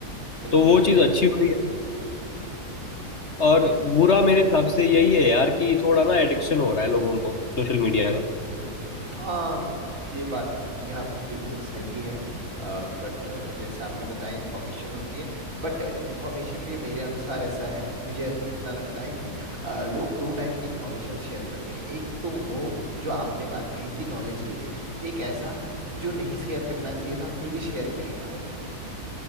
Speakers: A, on the right; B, on the left.
A: बिल्कुल
B: तो वो चीज़ अच्छी हो रही है और बुरा मेरे हिसाब से यही है यार कि थोड़ा ना एडिक्शन हो रहा है लोगों को सोशल मीडिया का
A: हाँ ये बात भी आपकी बिल्कुल सही है बट जैसे आपने बताया इंफॉर्मेशन होती है बट इंफॉर्मेशन भी मेरे अनुसार ऐसा है मुझे जितना लगता है कि अ, लोग दो टाइप की इंफॉर्मेशन शेयर करते हैं एक तो वो जो आपने बात कही कि नॉलेज के लिए एक ऐसा जो नहीं शेयर करना चाहिए था फिर भी शेयर किया